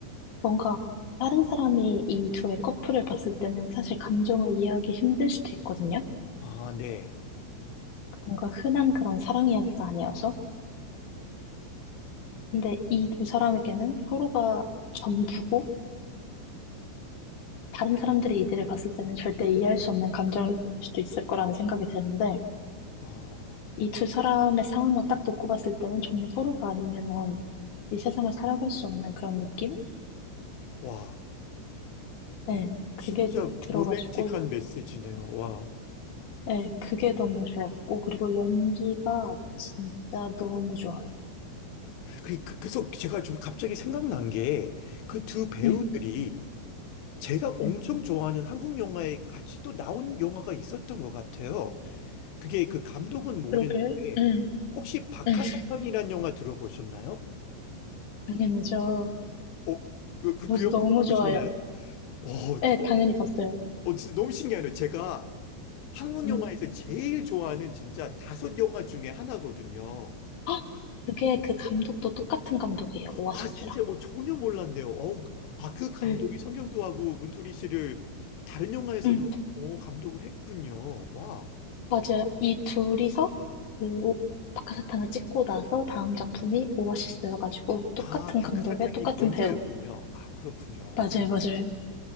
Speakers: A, on the left; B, on the left.
A: 뭔가 다른 사람이 이 둘의 커플을 봤을 때는 사실 감정을 이해하기 힘들 수도 있거든요
B: 아, 네.
A: 뭔가 흔한 그런 사랑 이야기가 아니어서 근데 이 두 사람에게는 서로가 전부고 다른 사람들의 이들을 봤을 때는 절대 이해할 수 없는 감정일 수도 있을 거라는 생각이 드는데
B: 아,
A: 이 두 사람의 상황만 딱 놓고 봤을 때는 정말 서로가 아니면은 이 세상을 살아갈 수 없는 그런 느낌?
B: 와.
A: 네, 그게
B: 진짜
A: 들어가지고
B: 로맨틱한 메시지네요. 와.
A: 네, 그게 너무 좋았고 그리고 연기가 진짜 너무 좋아요.
B: 그- 그- 그래서 제가 좀 갑자기 생각난 게 그 두 배우들이
A: 응
B: 제가 엄청
A: 응
B: 좋아하는 한국 영화에 같이 또 나온 영화가 있었던 것 같아요. 그게 그 감독은 모르는데
A: 그러길, 응
B: 혹시 박하사탕이라는
A: 응
B: 영화 들어보셨나요?
A: 당연하죠.
B: 어, 그, 그,
A: 저도
B: 그 영화
A: 너무 좋아요.
B: 보셨나요? 어, 어,
A: 네, 당연히 봤어요.
B: 어, 진짜 너무 신기하네요. 제가 한국
A: 응.
B: 영화에서 제일 좋아하는 진짜 다섯 영화 중에 하나거든요.
A: 헉! 그게 그 감독도 똑같은 감독이에요. 오아시스랑.
B: 아, 진짜, 어, 전혀 몰랐네요. 어, 아, 그 감독이
A: 네.
B: 성경교하고 문소리 씨를 다른 영화에서도
A: 응,
B: 어, 감독을 했군요. 와.
A: 맞아요. 이 둘이서 그 오- 박하사탕을 찍고 나서 다음 작품이 오아시스여가지고
B: 아,
A: 똑같은
B: 바깥사탕이
A: 감독에 똑같은
B: 먼저였군요.
A: 배우.
B: 아, 그렇군요.
A: 맞아요, 맞아요.